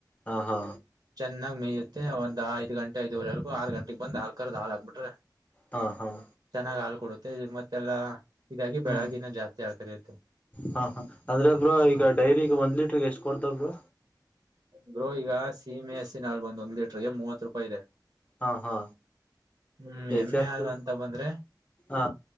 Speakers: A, on the left (about 20°); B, on the right (about 65°).
A: ಹಾ ಹಾ
B: ಚೆನ್ನಾಗ್ ಮೇಯ್ಯುತ್ತೆ ಒಂದ್ ಐದ್ ಗಂಟೆ ಐದುವರೆವರೆಗೂ ಆರು ಗಂಟೆಗೆ ಬಂದ ಹಾಲ್ ಕರ್ದ ಹಾಲ್ ಹಾಕ್ಬಿಟ್ರೆ
A: ಹಾಂ ಹಾಂ
B: ಚೆನ್ನಾಗ್ ಹಾಲ್ ಕೊಡುತ್ತೆ ಮತ್ತೆಲ್ಲಾ ಇದಾಗಿ
A: ಹ್ಮ್
B: ಬೆಳಗ್ಗಿನ ಜಾಸ್ತಿ ಹಾಳ್ ಕರಿೆಯುತ್ತೆ
A: ಹಾ ಹಾ ಅಂದ್ರೆಬ್ ಈಗ ಡೈರಿಗ ಒಂದ್ ಲೀಟರ್ಗೆ ಎಷ್ಟ್ ಕೊಡ್ತಬ್ರ
B: ಬ್ರೋ ಈಗ ಸೀಮೆ ಹಸಿ ನಾಲ್ ಬಂದು ಒಂದ್ ಲೀಟರ್ಗೆ ಮೂವತ್ತು ರೂಪಾಯಿ ಇದೆ
A: ಹಾ ಹಾ
B: ಹ್ಮ್
A: ಎಚ್
B: ಎಮ್ಮೆ
A: ಎಫ್ದು
B: ಅಲ್ ಅಂತ ಬಂದ್ರೆ
A: ಹಾ